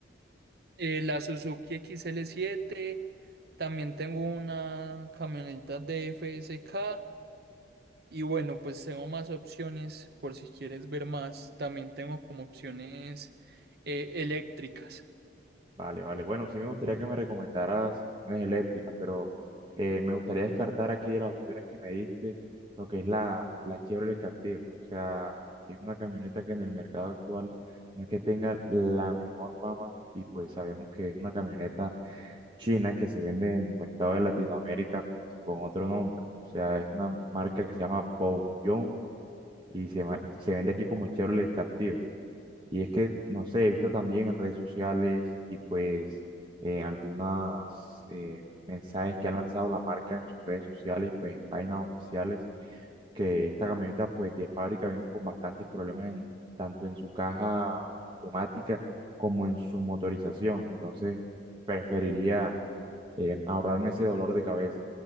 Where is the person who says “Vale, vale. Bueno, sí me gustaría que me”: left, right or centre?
Right